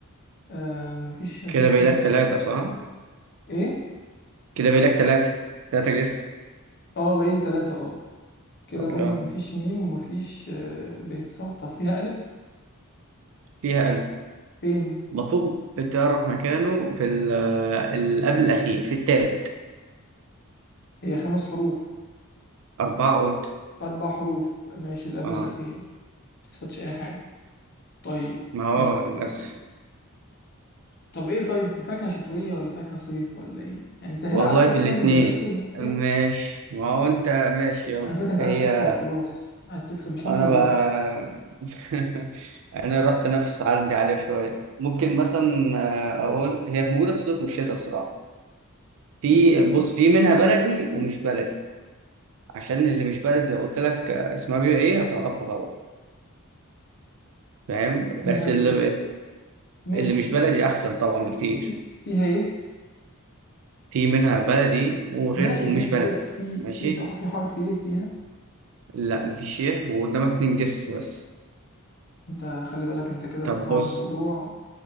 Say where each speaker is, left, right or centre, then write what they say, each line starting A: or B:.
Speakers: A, on the left; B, on the right.
A: آه مفيش مفيش
B: كده باقي
A: فيها
B: لك
A: ب
B: ثلاثة صح؟
A: ايه
B: كده باقي لك ثلاثة ثلاثة جس
A: اه بقى لي ثلاثة اه كده
B: طب
A: قلنا
B: يلا
A: مفيش ميم ومفيش آه ب صح طب فيها ألف
B: فيها
A: فين
B: المفروض بتعرف مكانه في ال- ال- قبل الأخير في التالت
A: هي خمس حروف
B: أربعة قلت
A: أربع حروف ماشي اللي قبل
B: آه
A: الأخير ما استفدتش أي حاجة طيب
B: ما هو
A: آه،
B: للأسف
A: آه، طب إيه طيب فاكهة شتوية ولا فاكهة صيف ولا إيه؟ يعني سهلة
B: والله
A: عليا
B: في الاتنين
A: شوية ما تبقاش كده
B: ماشي
A: إيه؟
B: ما هو أنت ماشي يلا
A: أنا فاكر أنت
B: هي
A: عايز تكسب وخلاص عايز تكسب مش
B: أنا
A: همك
B: بقى
A: غير المكسب
B: <laughs> أنا رحت أنافس عندي عليها شوية ممكن مثلا آه، أقول هي موجودة في الصيف والشتاء الصراحة
A: صيف
B: في
A: وشتاء
B: بص في منها بلدي ومش بلدي عشان اللي مش بلدي لو قلت لك اسمها بيبقى إيه هتعرفها طبعا فاهم بس
A: فيها إيه
B: اللي,
A: ت- ماشي
B: اللي مش
A: في
B: بلدي احسن طبعا بكتير
A: في فيها إيه؟
B: في منها بلدي وغير
A: ماشي
B: ومش
A: ماشي
B: بلدي
A: بقول لك في
B: ماشي
A: في في في حرف إيه فيها؟
B: لا مفيش يه وقدامك اتنين جس بس
A: أنت خلي بالك أنت كده بتصعب
B: طب بص
A: الموضوع